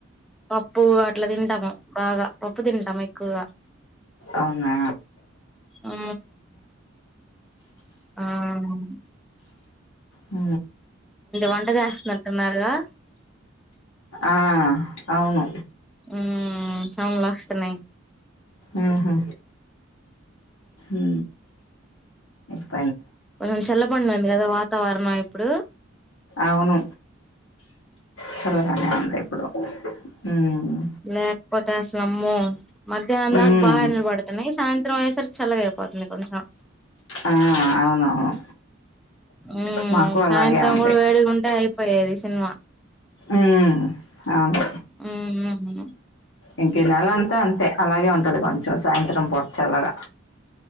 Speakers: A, in the centre; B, on the left.
A: పప్పు అట్ల తింటాము బాగా పప్పు తింటాం ఎక్ క్కుగా
B: అవునా
A: ఊ ఆ బ
B: ఊ
A: వంట చేస్తున్నట్టున్నారుగా
B: ఆ అవును
A: ఊ సౌండ్లు వస్తున్నాయ్
B: ఊహు ఊ ఐ
A: కొంచం చల్ల పడినాది కదా వాత్ తో ర్ణ ఇప్పుడు
B: అవును చల్లగానే ఉంది ఇప్పుడు ఉమ్
A: లేక్పోతే అసలు అమ్మో మధ్యాహ్నం
B: ఉమ్
A: దాక బాగా ఎండలు పడుతున్నాయి సాయంత్రం అయ్యేసరికి చల్లగ అయిపోతుంది కొంచం
B: ఆ అవునవును
A: ఊ
B: మాకు అలాగే
A: సాయంత్రం
B: ఉంది
A: కూడ వేడిగా ఉంటే అం పోయేది సినిమా
B: ఉమ్ అవును
A: మ్ అవును
B: ఇంక ఈ నెలా అంత అంతే అలాగే ఉంటది కొంచెం సాయంత్రం పూట చల్లగా